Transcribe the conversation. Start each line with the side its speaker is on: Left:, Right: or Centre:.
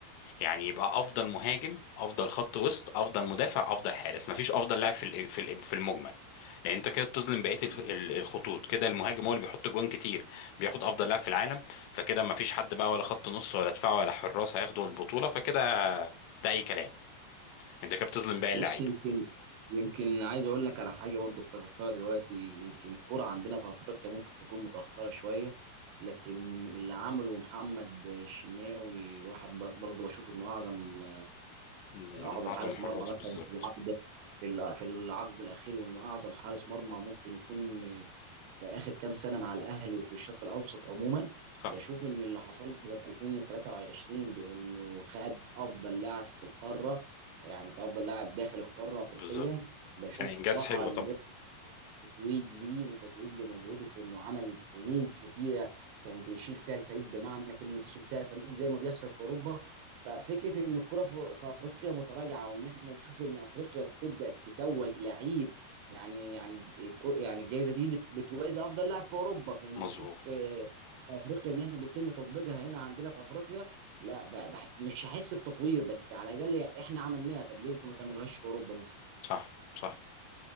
Left: يعني يبقى افضل مهاجم افضل خط وسط افضل مدافع افضل حارس مفيش افضل لاعب في ال- في ال- في المجمل لان انت كده بتظلم بقيه ال-
Right: اه
Left: ال- الخطوط كده المهاجم هو اللي بيحط جوان كتير بياخد افضل لاعب في العالم فكده مفيش حد بقى ولا خط نص ولا دفاع ولا حراس هياخدوا البطوله فكده ده اي كلام انت كده بتظلم باقي اللعيبه
Right: بص يمكن يمكن عايز اقول لك على حاجه برضو افتكرتها دلوقتي يمكن الكره عندنا في افريقيا ممكن تكون متاخره شويه لكن اللي عمله محمد الشناوي واحد ب- برضو بشوف انه اعظم
Left: من
Right: اعظم
Left: اعظم
Right: حارس
Left: الحراس
Right: مرمى مثلا
Left: بالظبط
Right: في العقد في الع- في العقد الاخير وانه اعظم حارس مرمى ممكن يكون في اخر كام سنه مع الاهلي وفي الشرق الاوسط عموما
Left: صح
Right: بشوف ان اللي حصل له سنه 2023 بانه خد افضل لاعب في القاره يعني كافضل لاعب داخل القاره افريقيا
Left: بالظبط
Right: بشوف
Left: كان انجاز
Right: بصراحه
Left: حلو
Right: ان
Left: طبعا
Right: تتويج ليه وتتويج لمجهوده في انه عمل سنين كتيره كان بيشيل فيها الفريق بمعنى كلمه يشيل فيها الفريق زي ما بيحصل في اوروبا ففكره ان الكره في في افريقيا متراجعه وان احنا نشوف ان افريقيا بتبدا تتوج لعيب يعني يعني الكر- يعني الجائزه دي بت- بتوازي افضل لاعب في اوروبا فان
Left: مظبوط
Right: نشوف آه، في افريقيا ان احنا بيتم تطبيقها هنا عندنا في افريقيا لا ب- بح- مش هحس بتطوير بس على الاقل احنا عملناها طب ليه انتوا ما تعملوهاش في اوروبا مثلا
Left: صح صح